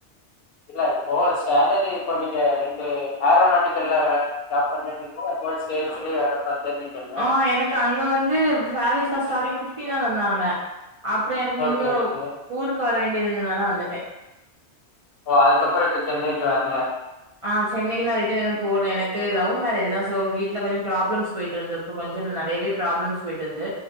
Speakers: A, on the left (about 65°); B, on the right (about 60°).
A: இல்ல இப்போ சேலரி இப்போ நீங்க ரெண்டு ஏரோநாட்டிக்கல்ல ஜாப் பண்ணனிங்க ப்போ சேல்ஸ்லே
B: ஆ
A: வேலை பாத்தன்னீங்லா
B: ஆ எனக்கு அங்க வந்து ஃபாரிஸ் ஃபஸ்ட் ஸ்டாடிங் பிப்டி தா தந்தாங்க அப்றோ எனக்கு
A: ஓகே
B: இங்க
A: ஓகே.
B: ஊருக்கு வர வேண்டியது இருந்ததுனால வந்துட்டே
A: ஓ அதுக்கப்றோ இப்ப சென்னைக்கு வரல
B: ஆ சென்னைக்கு நான் ரிட்டன் இன்னு போல எனக்கு லவ் மேரேஜ் தா சோ வீட்ல கொஞ்ச ப்ராப்ளம்ஸ் போயிட்டுருந் அப்றோ கொஞ்ச இல்ல நெறையாவே ப்ராப்ளம்ஸ் போயிட்டுயிருந்து